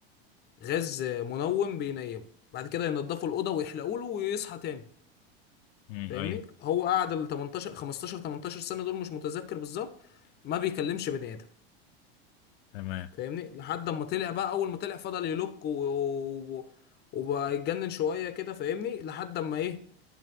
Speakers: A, on the left (about 30°); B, on the left (about 70°).
A: غاز منوم بينيمه بعد كده ينضفوا الاوضه ويحلقوا له ويصحى تاني
B: امم
A: فاهمني
B: ايوه
A: هو قعد ال 18 15 18 سنه دول مش متذكر بالظبط ما بيكلمش بني ادم
B: تمام
A: فاهمني لحد اما طلع بقى اول ما طلع فضل يلوك و... و... وبقى يتجنن شويه كده فاهمني لحد اما ايه